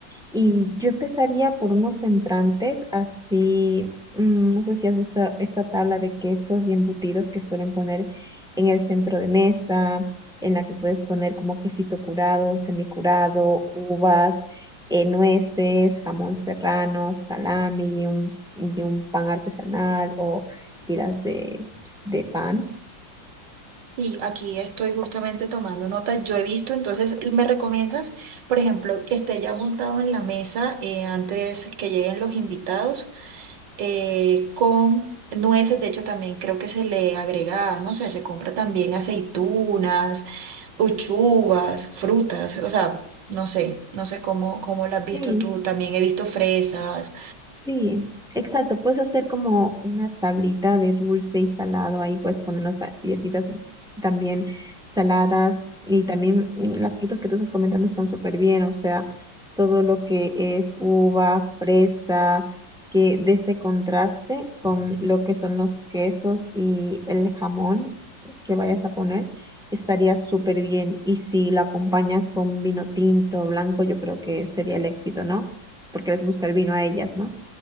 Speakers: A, in the centre; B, on the right.
A: Y yo empezaría por unos entrantes, así, mm, no sé si has visto esta tabla de quesos y embutidos que suelen poner en el centro de mesa, en la que puedes poner como quesito curado, semicurado, uvas eh, nueces, jamón serrano, salami y un, y un pan artesanal o tiras de, de pan.
B: Sí, aquí estoy justamente tomando notas. Yo he visto, entonces, ¿me recomiendas, por ejemplo, que esté ya montado en la mesa eh, antes que lleguen los invitados eh, con nueces? De hecho, también creo que se le agrega, no sé, se compra también aceitunas, uchuvas, frutas, o sea, no sé, no sé cómo, cómo las has
A: sí
B: visto tú. También he visto fresas.
A: Sí, exacto. Puedes hacer como una tablita de dulce y salado. Ahí puedes poner las galletitas y también saladas y también mm, las frutas que tú estás comentando están súper bien. O sea, todo lo que es uva, fresa, que de ese contraste con lo que son los quesos y el jamón que vayas a poner, estaría súper bien. Y si lo acompañas con vino tinto o blanco, yo creo que sería el éxito, ¿no? Porque les gusta el vino a ellas, ¿no?